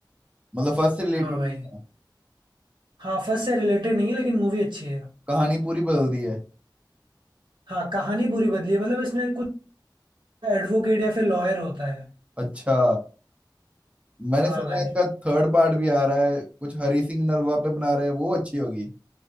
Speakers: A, on the right; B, on the right.
A: मतलब फर्स्ट से रिलेटेड
B: हाँ भाई
A: नहीं था
B: हाफज से रिलेटेड नहीं है लेकिन मूवी अच्छी है
A: कहानी पूरी बदल दी है
B: हाँ कहानी पूरी बदली है मतलब इसमें कुछ एडवोकेट या फिर लॉयर होता है
A: अच्छा मैंने
B: हाँ
A: सुना
B: भाई
A: है इसका थर्ड पार्ट भी आ रहा है कुछ हरी सिंह नलवा पे बना रहे हैं वो अच्छी होगी